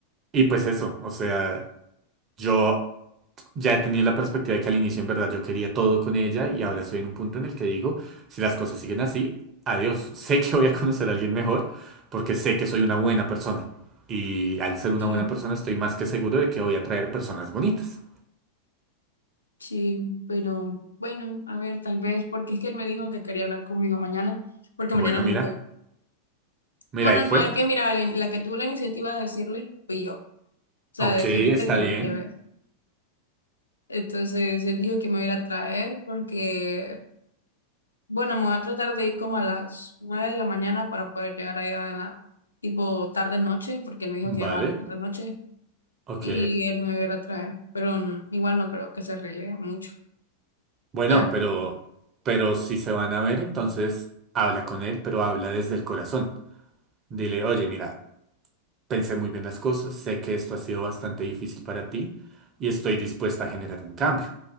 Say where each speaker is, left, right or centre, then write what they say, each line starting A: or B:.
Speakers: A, on the right (about 30°); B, on the left (about 75°).
A: y pues eso, o sea, yo ya he tenido la perspectiva de que al inicio en verdad yo quería todo con ella y ahora estoy en un punto en el que digo, si las cosas siguen así, adiós. <laughs> Sé que voy a conocer a alguien mejor porque sé que soy una buena persona. Y al ser una
B: Sí,
A: buena persona estoy más que seguro de que voy a traer personas bonitas.
B: sí, pero bueno, a ver, tal vez, porque es que él me dijo que quería hablar conmigo mañana, porque
A: Bueno,
B: mañana me
A: mira,
B: voy.
A: mira,
B: Bueno,
A: ahí fue.
B: no, es que mira, la, la que tuvo la iniciativa de decirle fui yo, o sea,
A: Ok,
B: de decirle
A: está
B: de que lo
A: bien.
B: quería ver. Entonces él dijo que me iba a ir a traer porque, bueno, me voy a tratar de ir como a las nueve de la mañana para poder llegar allá en la tipo tarde noche, porque él me dijo
A: Vale,
B: que iba a tarde noche
A: ok.
B: y él me iba a ir a traer, pero mm, igual no creo que se arregle mucho.
A: Bueno,
B: Ah,
A: pero, pero si se van a ver, entonces habla con él, pero habla desde el corazón. Dile, oye, mira, Pensé muy bien las cosas, sé que esto ha sido bastante difícil para ti y estoy dispuesta a generar un cambio.